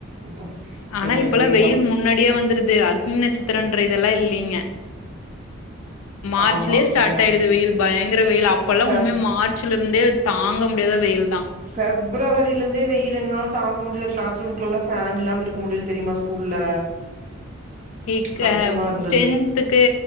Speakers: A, on the right; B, on the left.
A: அதா
B: ஆனா
A: என்ன
B: இப்பல்லாம்
A: எப்படி
B: வெயில் முன்னாடியே வந்துருது அக்னி நட்சத்திரன்ற இதெல்லா இல்லீங்க மார்ச்லியே
A: ஆமா
B: ஸ்டாட்
A: ஆ
B: ஆயிடுது வெயில் பயங்கிர வெயில் அப்பல்லா
A: ஃபெப்
B: உண்மியா மார்ச் சுல இருந்தே தாங்க முடியாத வெயில்தா
A: ஃபெப்ரவரில இருந்தே வெயில் எங்னால தாங்க முடில கிளாஸ் ரூமுக்குல்லலா ஃபேன் இல்லாம இருக்க முடில தெரியுமா ஸ்கூல்ல
B: இக்க
A: கஷ்டமா இருந்தது
B: ஸ்ட்ரென்துக்கு